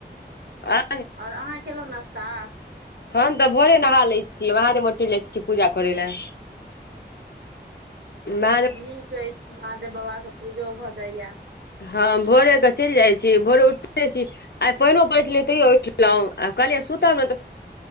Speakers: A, on the left; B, on the right.
A: आ <inaudible>
B: ओर अहाँ केलौं नश्ता
A: हम तऽ भोरे नहा लै छियै वहारेमे चलि जाय छियै पूजा करै लए
B: हँ
A: महादेव
B: नीक अछि महादेव बाबाके पूजो भऽ जाइए
A: हँ भोरे के चलि जाइ छी भोरे उठे छी आइ पहिनो पड़ै छलै तैयो उठलौं कहलियै सुतब ने